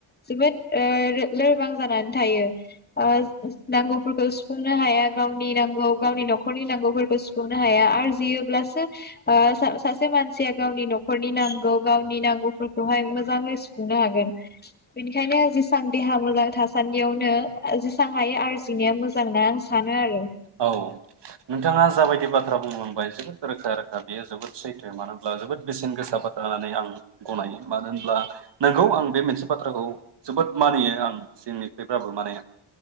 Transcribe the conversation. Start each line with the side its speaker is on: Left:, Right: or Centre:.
Left: जोबोद ओ लोरबां जानानै थायो ओ नांगौफोरखौ सुफुंनो हाया गावनि नांगौ गावनि नखरनि नांगौफोरखौ सुफुं हाया आरजियोब्लासो ओ सासे मानसिया गावनि नखरनि नांगौ गावनि नांगौफोरखौहाय मोजाङै सुफुंनो हागोन बेनिखायनो जेसां देहा मोजां थासान्दियावनो जेसां हायो आरजिनाया मोजां होनना आं सानो आरो
Right: औ नोंथाङा जाबायदि बाथ्रा बुंलांबाय जोबोद रोखा रोखा बेयो जोबोद सैथो मानो होनब्ला जोबोद बेसेन गोसा बाथ्रा होननानै आं गनायो मानो होनब्ला नोंगौ आं बे मोनसे बाथ्राखौ जोबोद मानियो आं जोंनिफ्रायब्लाबो माने